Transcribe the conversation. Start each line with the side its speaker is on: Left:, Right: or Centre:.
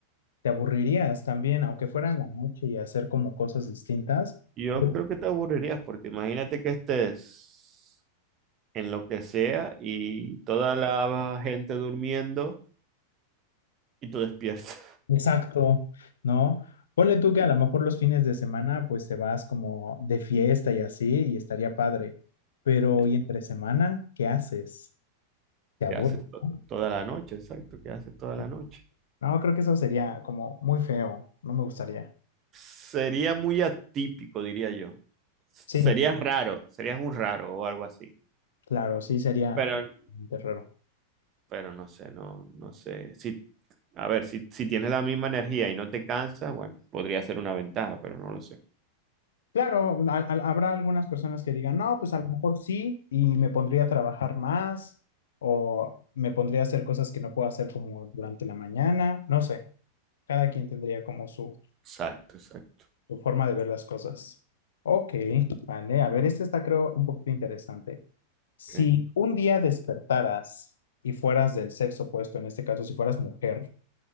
Left: te aburrirías también, aunque fuera en la noche y hacer como cosas distintas.
Right: Yo
Left: Bueno,
Right: creo que te aburrirías porque imagínate que estés en lo que sea y toda la gente durmiendo y tú despiertas.
Left: Exacto, ¿no? Ponle tú que a lo mejor los fines de semana pues te vas como de fiesta y así y estaría padre, pero
Right: <laughs>
Left: ¿y entre semana qué haces? Te
Right: ¿Qué
Left: aburres,
Right: haces to-
Left: ¿no?
Right: toda la noche? Exacto, ¿qué haces toda
Left: Sí.
Right: la noche?
Left: No, creo que eso sería como muy feo, no me gustaría.
Right: Sería muy atípico, diría yo. Serías
Left: Sí,
Right: raro, serías un raro o algo así.
Left: claro, sí sería
Right: Pero,
Left: eh, raro.
Right: pero no sé, no, no sé. Si, a ver, si, si tienes la misma energía y no te cansas, bueno, podría ser una ventaja, pero no lo sé.
Left: Claro, a- a- habrá algunas personas que digan, no, pues a lo mejor sí, y me pondría a trabajar más, o me pondría a hacer cosas que no puedo hacer como durante la mañana, no sé, cada quien tendría como su,
Right: Exacto, exacto.
Left: su forma de ver las cosas. Ok, vale, a ver, este está creo un poquito interesante. Si
Right: Ok.
Left: un día despertaras y fueras del sexo opuesto, en este caso, si fueras mujer,